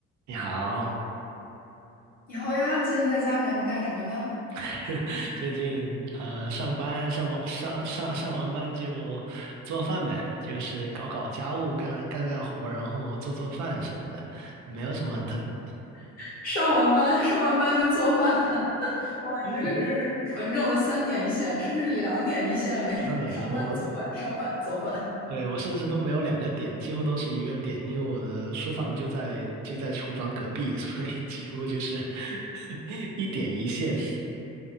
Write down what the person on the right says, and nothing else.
你好，
<laughs> 最近呃上班上完上上上完班就做饭呗，就是搞搞家务，干干干活，然后做做饭什么的，没有什么很特别的。
<laughs>
然后等一下我，
对，我甚至都没有两个点，几乎都是一个点，因为我的书房就在就在厨房隔壁，所以几乎就是 <laughs> 一点一线。